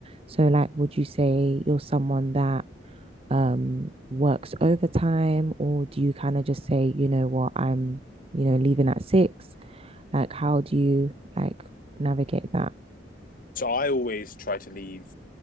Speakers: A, on the right; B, on the left.
A: So like, would you say you're someone that um works overtime or do you kind of just say, you know what, I'm, you know, leaving at six? Like how do you like navigate that?
B: So I always try to leave